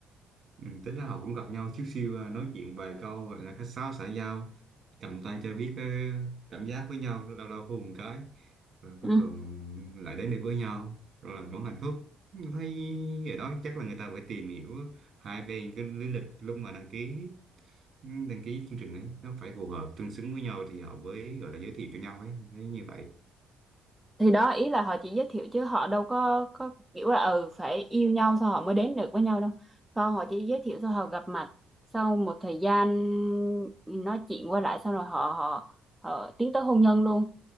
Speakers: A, on the right (about 35°); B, in the centre.
A: Ừ, tính ra họ cũng gặp nhau xíu xíu à, nói chuyện vài câu gọi là khách sáo xã giao cầm tay cho biết ờ, cảm giác với nhau lâu lâu hôn một cái rồi cuối
B: ừ.
A: cùng lại đến được với nhau rồi là vẫn hạnh phúc thấy ở đó chắc là người ta phải tìm hiểu hai bên cái lý lịch lúc mà đăng ký ừ, đăng ký chương trình ấy nó phải phù hợp tương xứng với nhau thì họ mới gọi là giới thiệu cho nhau ấy thấy như vậy
B: thì đó ý là họ chỉ giới thiệu chứ họ đâu có có kiểu là ừ phải yêu nhau sao họ mới đến được với nhau đâu không họ chỉ giới thiệu sao họ gặp mặt sau một thời gian nói chuyện qua lại sau rồi họ họ họ tiến tới hôn nhân luôn